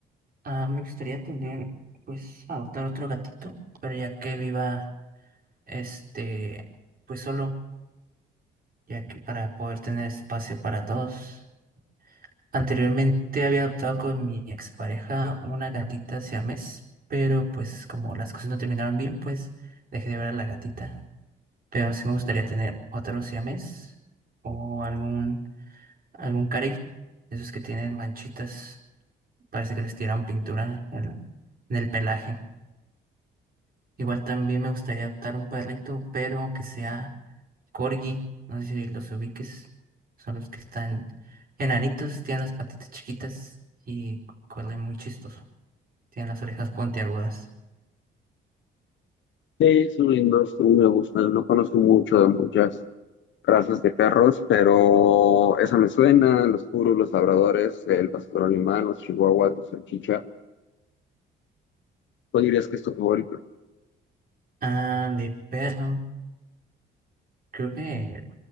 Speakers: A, on the right; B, on the left.
A: Ah, me gustaría tener, pues, adoptar otro gatito, pero ya que viva, este, pues solo. ya que para poder tener espacio para todos. Anteriormente había adoptado con mi expareja una gatita siamés, pero pues como las cosas no terminaron bien, pues dejé de ver a la gatita. Pero sí me gustaría tener otro siamés o algún, algún carey, de esos que tienen manchitas, parece que les tiraron pintura en el, en el pelaje. Igual también me gustaría adoptar un perrito, pero que sea corgi. No sé si los ubiques. Son los que están enanitos, tienen las patitas chiquitas y cu- corren muy chistoso. Tienen las orejas puntiagudas.
B: Sí, son lindos, a mí me gustan. No conozco mucho de muchas razas de perros, pero esa me suena, los puros, los labradores, el pastor alemán, los chihuahuas, los salchicha. ¿Cuál dirías que es tu favorito?
A: Ah, de perro. Creo que,